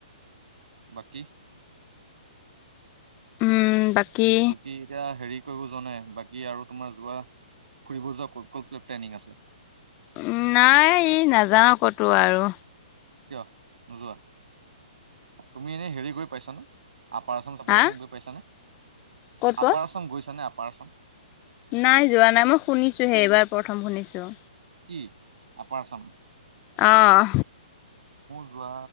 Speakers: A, on the right (about 75°); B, on the left (about 30°).
A: বাকী?
B: উম, বাকী
A: হেৰি এইটো কি এতিয়া হেৰি ফুৰিব যোৱা নাই বাকী আৰু তোমাৰ যোৱা ফুৰিব যোৱা ক'ত-ক'ত প্লেনিং আছে?
B: উ নাই ই নাযাওঁ কতো আৰু।
A: কিয় নোযোৱা? তুমি এনেই হেৰি কৰি পাইছানে? আপাৰ আচাম চাপাৰ
B: হা
A: আচাম গৈ পাইছানে?
B: ক'ত
A: আপাৰ
B: ক'ত
A: আচাম গৈছা নে আপাৰ আচাম?
B: নাই যোৱা নাই। মই শুনিছোহে, এইবাৰ প্ৰথম শুনিছো।
A: কি আপাৰ আচাম?
B: অহ।
A: যোৱা